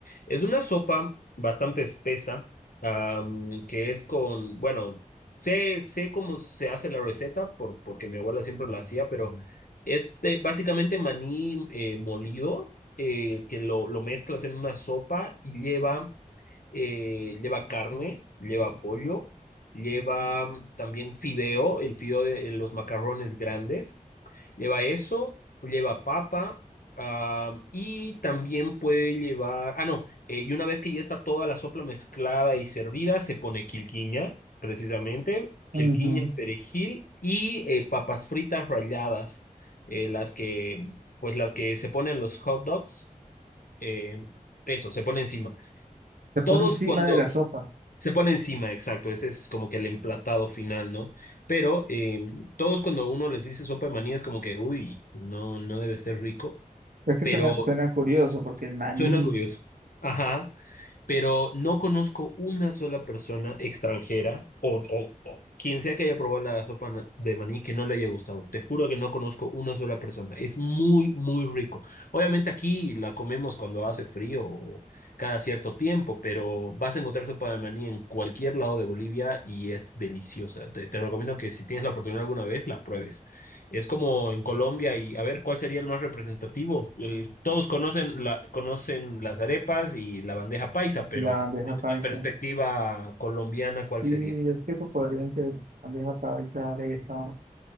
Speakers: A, on the left; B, on the right.
A: Es una sopa bastante espesa, am, que es con, bueno, sé, sé cómo se hace la receta por, porque mi abuela siempre la hacía, pero es de- básicamente maní eh, molido, eh, que lo, lo mezclas en una sopa y lleva, eh, lleva carne, lleva pollo, lleva mm, también fideo, el fideo de los macarrones grandes Lleva eso, lleva papa, ah, y también puede llevar, ah, no, eh, y una vez que ya está toda la sopla mezclada y servida, se pone quilquiña, precisamente,
B: Ujú.
A: quilquiña, perejil y eh, papas fritas ralladas, eh, las que, pues las que se ponen los hot dogs, eh, eso, se pone encima.
B: Se pone
A: Todos
B: encima
A: cuando,
B: de la sopa.
A: se pone encima, exacto, ese es como que el emplatado final, ¿no? Pero eh, todos cuando uno les dice sopa de maní es como que, uy, no, no debe ser rico,
B: Es que
A: pero
B: suena, suena curioso, porque el maní,
A: suena curioso. Ajá pero no conozco una sola persona extranjera o, o- o quien sea que haya probado la sopa na- de maní que no le haya gustado. Te juro que no conozco una sola persona. Es muy, muy rico. Obviamente aquí la comemos cuando hace frío o cada cierto tiempo, pero vas a encontrar sopa de maní en cualquier lado de Bolivia y es deliciosa. Te, te recomiendo que si tienes la oportunidad alguna vez, la pruebes. Es como en Colombia y a ver cuál sería el más representativo. El- todos conocen la, conocen las arepas y la bandeja paisa, pero
B: la bandeja
A: desde
B: paisa.
A: la perspectiva colombiana, ¿cuál
B: Sí,
A: sería?
B: es que eso podrían ser bandeja paisa, arepa,